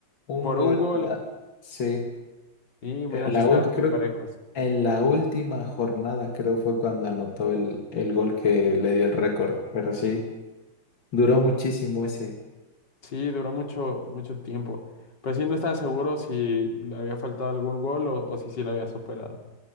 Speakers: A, on the left; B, on the left.
A: Un
B: por
A: gol
B: un gol
A: en la, sí.
B: y mira,
A: En la,
B: si estaban
A: ult- creo,
B: muy parejos.
A: en la última jornada, creo fue cuando anotó el, el gol que le dio el récord. Pero sí, duró muchísimo ese.
B: Sí, duró mucho, mucho tiempo, pero sí no estaba seguro si le había faltado algún gol o, o si sí lo había superado.